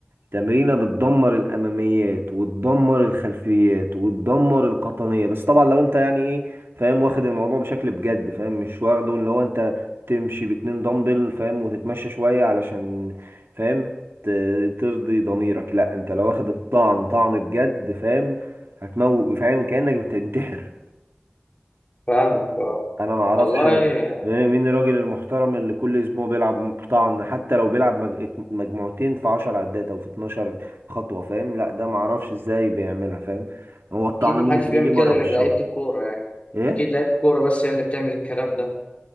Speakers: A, on the right; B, on the left.
A: تمرينة بتدمر الأماميات وتدمر الخلفيات وتدمر القطنية بس طبعا لو انت يعني ايه فاهم واخد الموضوع بشكل بجد فاهم مش واخده اللي هو انت تمشي باتنين دمبل فاهم وتتمشى شوية علشان فاهم ت- ترضي ضميرك لا انت لو واخد الطعن طعن بجد فاهم هتموت فاهم كأنك بتنتحر
B: فاهمك اه
A: انا ما اعرفش
B: والله
A: مين مين الراجل المحترم اللي كل اسبوع بيلعب طعن حتى لو بيلعب مج- مجموعتين في 10 عدات او في 12 خطوة فاهم لا ده ما اعرفش ازاي بيعملها فاهم هو الطعن
B: اكيد محدش
A: ممكن
B: بيعمل
A: يجي مرة
B: كده غير
A: في الشهر
B: لعيبة الكورة يعني
A: ايه
B: اكيد لعيبة الكورة بس هي اللي بتعمل الكلام ده